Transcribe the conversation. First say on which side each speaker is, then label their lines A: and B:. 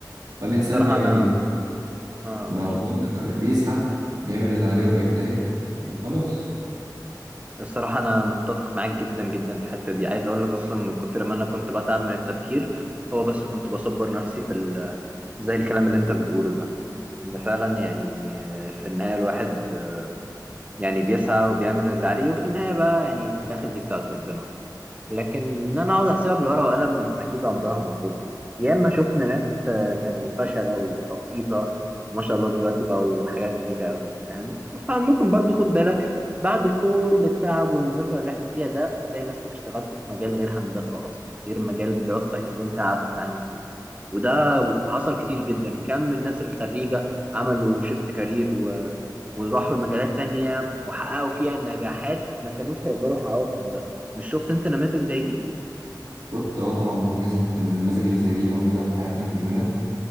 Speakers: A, on the right (about 60°); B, on the right (about 20°).
A: فالإنسان
B: الصراحة
A: بيعمل
B: انا
A: إيه؟
B: اقول
A: ما بقول لك بيسعى بيعمل اللي عليه وبيجتهد وخلاص
B: الصراحة أنا متفق معاك جدا جدا في الحتة دي عايز أقول لك أصلا من كتر ما أنا كنت بتعب من التفكير هو بس كنت بصبر نفسي بال زي الكلام اللي أنت بتقوله ده إن فعلا يعني في النهاية الواحد يعني بيسعى وبيعمل اللي عليه وفي النهاية بقى يعني في الآخر دي بتاعت ربنا لكن ان انا اقعد احسبها بالورقه والقلم اكيد عمرها ما هتظبط يا اما شفنا ناس آه، كانوا فشله وتقيطه ما شاء الله دلوقتي بقوا حاجه كبيره قوي فاهم فممكن برضو خد بالك بعد كل التعب والمذاكره اللي احنا فيها ده تلاقي نفسك اشتغلت في مجال غير هندسه اصلا غير مجال دراستك اللي انت قعدت تعاني فيه وده حصل كتير جدا كم من الناس الخريجه عملوا شيفت كارير و... وراحوا لمجالات تانية وحققوا فيها نجاحات ما كانوش هيقدروا يحققوها في هندسه مش شفت انت نماذج زي دي
A: شفت اه طبعا المجازي- المزاج اللي زي دي موجودة في حياتنا كلنا